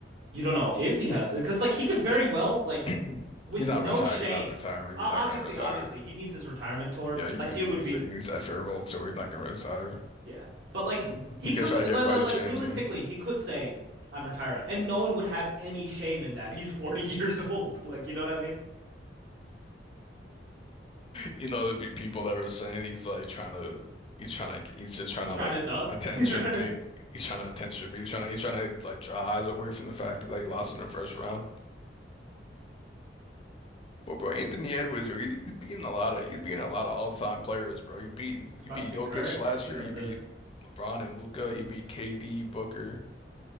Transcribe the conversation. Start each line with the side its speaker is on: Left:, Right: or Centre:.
Right: You don't know if he has, because like he could very well like
Left: <clears throat> He's
Right: with
Left: not
Right: no
Left: retired.
Right: shame.
Left: He's not retiring.
Right: Uh,
Left: He's not
Right: obviously,
Left: gonna retire.
Right: obviously he needs his retirement tour.
Left: Yeah, he,
Right: Like
Left: he
Right: it would
Left: needs
Right: be,
Left: he needs that farewell tour. He's not gonna retire.
Right: yeah. But
Left: <laughs>
Right: like
Left: He's
Right: he could
Left: gonna try to get
Right: like,
Left: Bryce
Right: like
Left: James
Right: realistically
Left: in.
Right: he could say I'm retiring, and no one would have any shame in that. He's 40 years old. <laughs> Like you know what I mean?
Left: You know, there'd be people that were saying he's like trying to, he's trying to, he's just trying
Right: He's
Left: to
Right: trying
Left: like
Right: to duck.
Left: attention
Right: <laughs> He's trying
Left: bait.
Right: to.
Left: He's trying to attention bait. He's trying to, he's trying to like draw eyes away from the fact that he lost in the first round. But bro, Anthony Edwards, yo, he, he's beating a lot of, he's beating a lot of all-time players, bro. He beat,
Right: He's
Left: he
Right: about
Left: beat
Right: to be
Left: Jokic
Right: Curry
Left: last
Right: if he
Left: year.
Right: does
Left: He
Right: this.
Left: beat LeBron and Luca. He beat KD, Booker.